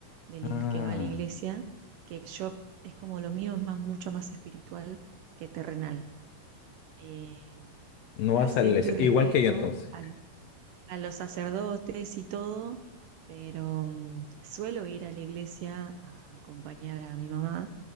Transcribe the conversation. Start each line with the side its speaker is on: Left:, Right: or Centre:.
Right: de la
Left: Ah,
Right: igle- que va a la iglesia, que yo es como lo mío es más, mucho más espiritual que terrenal. Eh,
Left: no
Right: acepto
Left: vas a la iglesia.
Right: y respeto
Left: Igual que yo entonces.
Right: al- a los sacerdotes y todo, pero mm, suelo ir a la iglesia a acompañar a mi mamá